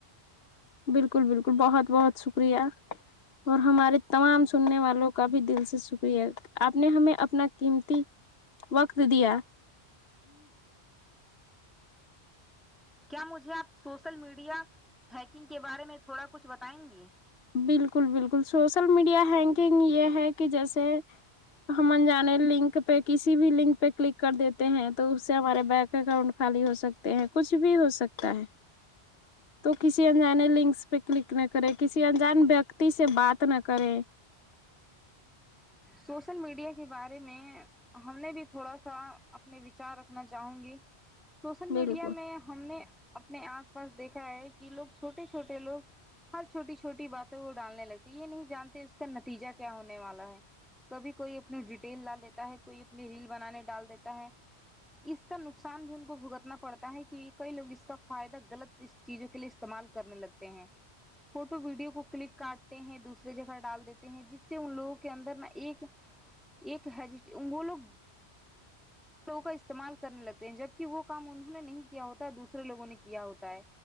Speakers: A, on the left; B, in the centre.
A: بالکل بالکل بہت بہت شکریہ اور ہمارے تمام سننے والوں کا بھی دل سے شکریہ آپ نے ہمیں اپنا قیمتی وقت دیا
B: کیا مجھے آپ سوسل میڈیا ہیکنگ کے بارے میں تھوڑا کچھ بتائیں گی
A: بالکل بالکل سوشل میڈیا ہینکنگ یہ ہے کہ جیسے ہم انجانے لنک پہ کسی بھی لنک پہ کلک کر دیتے ہیں تو اس سے ہمارے بینک اکاؤنٹ خالی ہو سکتے ہیں کچھ بھی ہو سکتا ہے تو کسی انجانے لنکس پہ کلک نہ کریں کسی انجان ویکتی سے بات نہ کریں
B: سوشل میڈیا کے بارے میں ہم نے بھی تھوڑا سا اپنے وچار رکھنا چاہوں گی سوشل میڈیا
A: بالکل
B: میں ہم نے اپنے آس پاس دیکھا ہے کہ لوگ چھوٹے چھوٹے لوگ ہر چھوٹی چھوٹی بات تو وہ ڈالنے لگتی یہ نہیں جانتے اس کا نتیجہ کیا ہونے والا ہے کبھی کوئی اپنی ڈیٹیل ڈال دیتا ہے کوئی اپنی ریل بنانے ڈال دیتا ہے اس کا نقصان بھی ان کو بھگتنا پڑتا ہے کی کئی لوگ اس کا فائدہ غلط اس چیزوں کے اس استعمال کرنے لگتے ہیں فوٹو ویڈیو کو کلک کاٹتے ہیں دوسرے جگہ ڈال دیتے ہیں جس سے ان لوگوں کے اندر نا ایک ایک <unintelligible> وہ لوگ لوگوں کا استعمال کرنے لگتے ہیں جبکہ وہ کام انہوں نے نہیں کیا ہوتا دوسرے لوگوں نے کیا ہوتا ہے